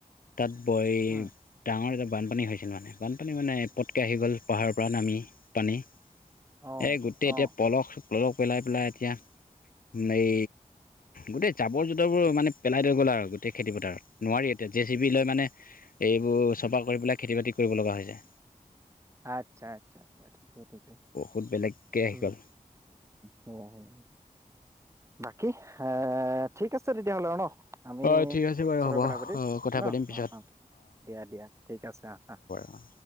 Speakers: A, on the left; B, on the right.
A: তাত বয়
B: উম
A: ডাঙৰ এজাপ বানপানী হৈছিল মানে, বানপানী মানে পটকৈ আহি গ'ল পাহাৰৰ পৰা নামি পানী। এ
B: অ
A: গোটেই
B: অ
A: এতিয়া পলস পলস পেলাই পেলাই এতিয়া এই গোটেই জাবৰ জোতৰবোৰ মানে পেলাই থৈ গ'ল আৰু গো গোটেই খেতিপথাৰত, নোৱাৰি এতিয়া জে চি বি লৈ মানে এইবোৰ চফা কৰি পেলাই খেতি বাতি কৰিব লগা হৈছে।
B: আচ্ছা আচ্ছা আচ্ছ ঠিকেই ঠিকেই।
A: বহুত বেলেগকৈ আহি
B: উম
A: গ'ল।
B: হেইয়াই বাকী এ ঠিক আছে তেতিয়াহ'লে আৰু ন। আমি
A: হয় ঠিক আছে বাৰু
B: চবৰ
A: হ'ব
B: কথা পাতিম
A: কথা
B: ন,
A: পাতিম পিছত
B: অ অ দিয়া দিয়া, ঠিক আছে আ
A: অ